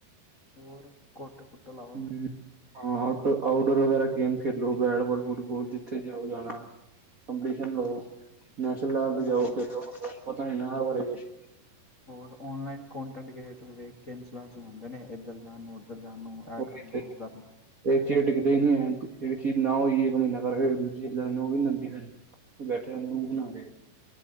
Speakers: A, on the left; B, on the right.
A: ਹੋਰ ਕੁੱਟ ਕੁੱਟ ਲਓ ਇਹਨਾਂ
B: ਹੂੰ
A: ਨੂੰ
B: ਹਾਂ ਆਊਟ ਆਊਟਡੋਰ ਵਗੈਰਾ ਗੇਮ ਖੇਡ ਲੋ ਬੈਟਬਾਲ ਫੁਟਬਾਲ ਜਿੱਥੇ ਜਾਓ ਜਾਣਾ ਕਪਟੀਸ਼ਨ ਲੳ ਨੇਸ਼ਨਲ ਲੇਵਲ
A: ਔਨ
B: ਤੇ ਜਾਓ ਖੇਡਣ ਖੁਡਣ, ਪਤਾ ਨਹੀਂ ਇਨਾਂ ਬਾਰੇ ਕੁੱਛ
A: ਹੋਰ ਔਨਲਾਈਨ ਕੋਂਟੈਂਟ ਕ੍ਰੀਏਟਰ ਵੇਖ ਕੇ ਇਨ ਸੂਰੈਂਸ ਬਣਾਉਂਦੇ ਨੇ ਇੱਧਰ ਜਾਣ ਨੂੰ ਇੱਧਰ ਜਾਣ ਨੂੰ
B: ਕੁਛ
A: ਇਹ ਕਰਨਾ ਉਹ ਕਰਨਾ
B: ਇੱਕ ਚੀਜ਼ ਟਿੱਕਦੇ ਹੀ ਨਹੀਂ ਹੈ, ਇੱਕ ਚੀਜ਼ ਨਾ ਹੋਈ ਇੱਕ ਮਹੀਨਾ ਕਰਗੇ ਦੂਜੀ ਲੇਣਾ ਉਹ ਵੀ ਨਹੀਂ ਲੇਂਦੀ ਫਿਰ ਤੇ ਬੈਠੇ ਐ, ਮੂੰਹ
A: ਹੂੰ
B: ਫੂਲਾਕੇ